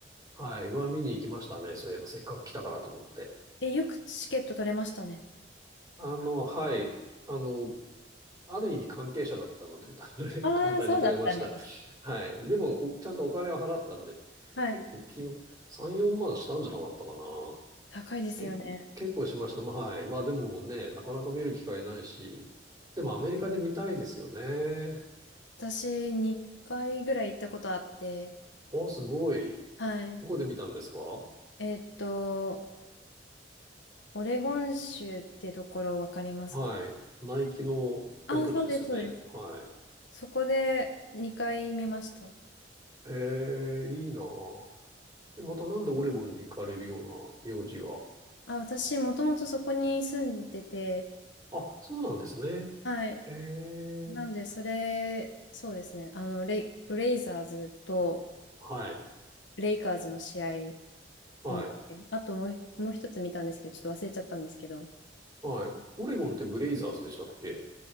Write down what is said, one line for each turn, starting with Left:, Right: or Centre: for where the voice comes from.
Right: はい、うわ、見に行きましたね。そういえばせっかく来たからと思って。
Left: え、よくチケット取れましたね。
Right: あの、はい、あの、ある意味関係者だったので、<laughs>
Left: ああ、
Right: 簡単に取れました。
Left: そうだったね。
Right: はい。でも、おちゃんとお金を払ったんで、
Left: はい。
Right: 結構気が、3、4万したんじゃなかったかな。
Left: 高いですよね。
Right: 結構、結構しました。まあ、はい。まあでもね、なかなか見る機会ないし、でもアメリカで見たいですよね。
Left: 私、2回ぐらい行ったことあって、
Right: お、すごい。
Left: はい。
Right: どこで見たんですか
Left: えーっと、オレゴン州ってところわかりますか
Right: はい。ナイキの本拠地ですよね。
Left: ああ、そうです、そうです。
Right: はい。
Left: そこで2回見ました。
Right: ええ、いいなぁ。えまたなんでオレゴンに行かれるような用事が。
Left: あ、私、もともとそこに住んでて、
Right: あ、そうなんですね。
Left: はい。
Right: へえ。
Left: なんで、それ、そうですね。あの、レイ、ブレイザーズと
Right: はい。
Left: レイカーズの試合
Right: はい。
Left: 見てあともう、もう一つ見たんですけど、ちょっと忘れちゃったんですけど、
Right: はい。オレゴンってブレイザーズでしたっけ